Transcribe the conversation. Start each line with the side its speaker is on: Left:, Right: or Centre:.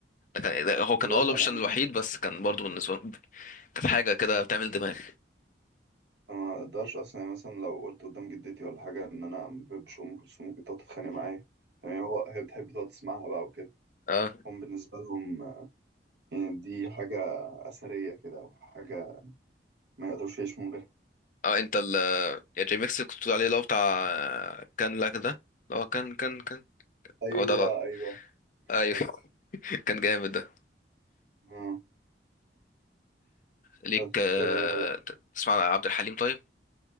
Left: كان- هو كان
Right: بالذات
Left: اه الاوبشن
Right: أنا
Left: الوحيد بس كان برضو بالنسبه لهم كانت حاجه كده بتعمل دماغ
Right: أنا ما أقدرش أصلا يعني مثلا لو قلت قدام جدتي ولا حاجة إن أنا ما بحبش أم كلثوم ممكن تقعد تتخانق معايا يعني هو هي بتحب تقعد تسمعها بقى وكده
Left: اه
Right: هم بالنسبة لهم يعني دي حاجة أثرية كده أو حاجة ما يقدروش يعيشوا من غيرها
Left: اه انت ال يا جي ميكس اللي كنت بتقول عليه اللي هو بتاع كان لك ده اللي هو كان كان كان
Right: ايوه
Left: هو ده لا.
Right: ايوه كان
Left: ايوه
Right: لك
Left: <laughs> كان جامد ده
Right: آه.
Left: ليك
Right: بس
Left: آه،
Right: آه.
Left: تسمع عن عبد الحليم طيب